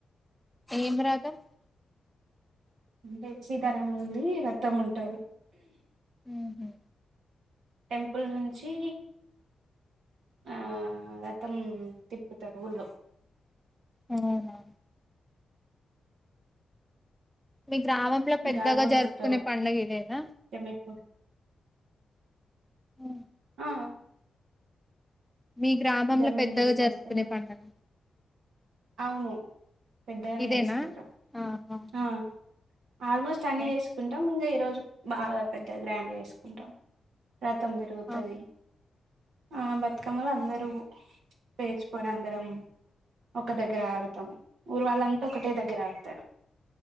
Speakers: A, in the centre; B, on the right.
A: ఏం రథం
B: అంటే సీతారాముడి రతం ఉంటది
A: ఉహు
B: టెంపుల్ నుంచి ఆ రథం తిప్పుతారు ఊళ్ళో
A: ఉహ్ హు మీ గ్రామంలో పెద్దగా
B: ఇంకా కొని
A: జరుపుకునే
B: వస్తారు
A: పండగ ఇదేనా
B: జమ్మిప్పు
A: హ్మ్.
B: ఆ
A: మీ గ్రామంలో
B: జమ్మిని
A: పెద్దగా
B: తీసుకొస్తారు
A: జరుపుకునే పండుగ
B: అవును పెద్దగానే
A: ఇదేనా
B: చేసుకుంటాం
A: ఆహా
B: ఆ ఆల్మోస్ట్ అన్నీ
A: ఓకే
B: చేసుకుంటాం ఇంకా ఈరోజు బాగా పెద్ద గ్రాండ్గా చేసుకుంటాం రథం తిరుగుతది
A: ఆ
B: ఆ బతుకమ్మలు అందరూ పేర్చుకుని అందరం ఒక దగ్గర ఆడతాం ఊరు వాళ్ళంతా ఒకటే దగ్గర ఆడతారు